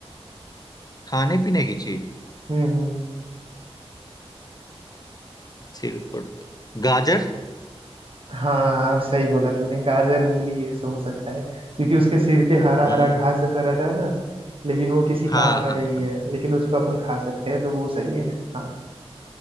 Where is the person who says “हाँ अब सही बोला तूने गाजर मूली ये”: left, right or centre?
Right